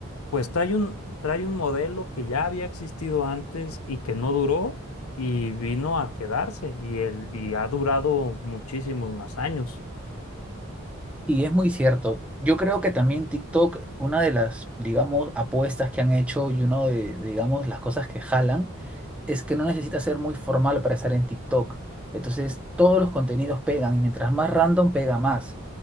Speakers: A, on the left; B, in the centre.
A: pues trae un, trae un modelo que ya había existido antes y que no duró y vino a quedarse y, el, y ha durado muchísimos más años.
B: Sí, es muy cierto. Yo creo que también TikTok, una de las, digamos, apuestas que han hecho y uno de, digamos, las cosas que jalan es que no necesita ser muy formal para estar en TikTok. Entonces, todos los contenidos pegan y mientras más random pega más.